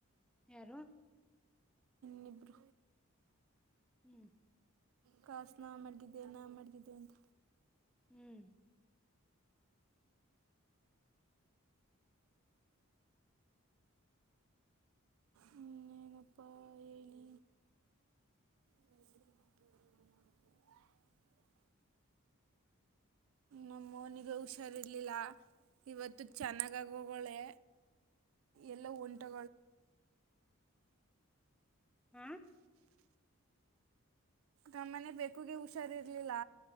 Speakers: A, in the centre; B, on the right (about 70°).
A: ಯಾರು
B: ನಿಬ್ರ
A: ಹ್ಮ್
B: ಕಾಸು ನಾ ಮ್ಗಿದ್ದೆ ನಾ ಮಡಗಿದ್ದೆ ಅಂತ
A: ಹ್ಮ್
B: ನನಪ್ಪ ಹೇಳಿ ನ ಮಾಡ <unintelligible> ನಮ್ಮ ನಿಗೆ ಹುಷಾರ್ರ್ಲಿಲ್ಲ ಇವತ್ತು ಚೆನ್ನಾಗಾಗಿ ಹೋಗಳೆ ಎಲ್ಲ ಒಂಟೆ
A: ಹ್ಮ
B: ನಮ್ಮನೆ ಬೇಕುಗೆ ಹುಷ ಹುಷರಿ ಇರ್ಲಿಲ್ಲ